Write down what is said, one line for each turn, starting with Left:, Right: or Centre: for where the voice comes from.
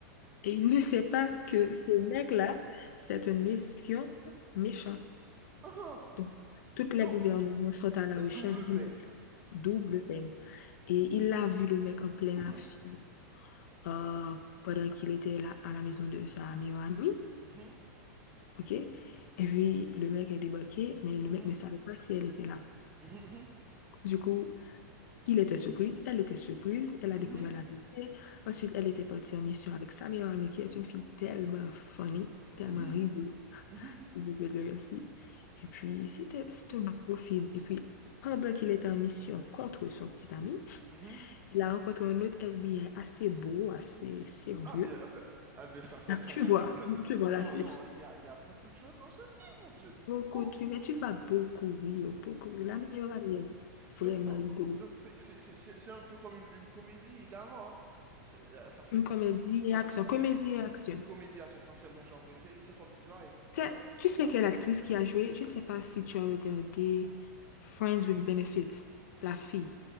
Left: Et il ne sait pas que ce mec-là, c'est un espion méchant.
Right: Mhm.
Left: Donc, toutes les
Right: Donc,
Left: gouvernements sont à la
Right: euh,
Left: recherche
Right: double
Left: du
Right: peine.
Left: mec. Double peine. Et il a vu le mec en pleine
Right: Mhm.
Left: action euh, pendant qu'il était là à la maison de sa meilleure amie.
Right: Mhm.
Left: OK? Et puis, le mec est débarqué, mais le
Right: Mhm.
Left: mec ne savait pas si elle était là.
Right: Mhm.
Left: Du coup, il était surpris, elle était surprise, elle a
Right: Mhm.
Left: découvert la vérité. Ensuite, elle était partie en mission avec sa meilleure amie, qui est une fille tellement funny, tellement
Right: Mhm.
Left: rigolo,
Right: Mhm.
Left: si je peux dire ainsi. Et puis, c'était, c'est un beau film. Et puis, pendant qu'il était en mission contre son petit ami,
Right: Mhm.
Left: il a rencontré un autre FBI assez beau, assez sérieux.
Right: Ah bien, ah ben, ah bien, ça, c'est-
Left: Là, tu
Right: ça, c'est-
Left: vois,
Right: ça, c'est-
Left: <laughs> tu vois
Right: Non,
Left: la suite.
Right: non, il y a, il y a beaucoup de choses dans ce film, mon Dieu.
Left: Beaucoup,
Right: Oh,
Left: tu, mais tu vas beaucoup rire, beaucoup rire. La meilleure amie est
Right: donc,
Left: vraiment
Right: donc,
Left: rigolo.
Right: donc c'est c'est- c'est- c'est- c'est un peu comme une, une comédie également. hein. C'est, euh, ça, c'est
Left: Une comédie
Right: ça,
Left: et action,
Right: c'est-
Left: comédie et action.
Right: comédie action. Ça, c'est mon genre préféré. C'est comme Drive,
Left: Tu
Right: euh,
Left: sais tu sais quelle actrice qui a joué? Je ne sais pas si tu as regardé Friends with Benefits, la fille.